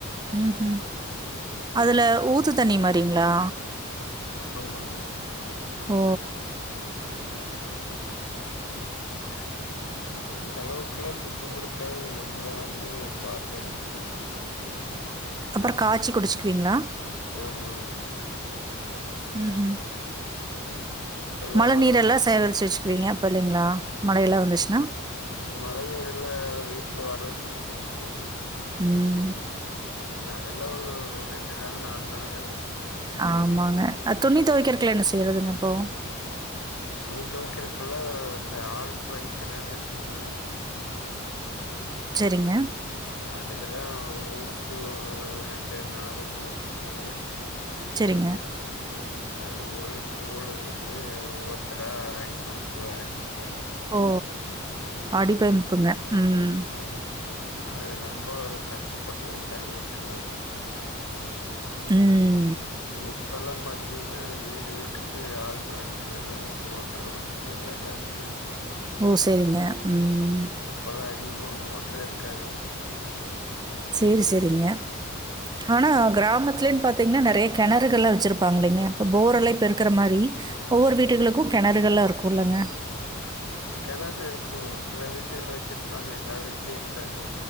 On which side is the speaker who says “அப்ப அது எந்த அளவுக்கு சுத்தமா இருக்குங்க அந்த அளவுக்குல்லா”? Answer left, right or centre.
Left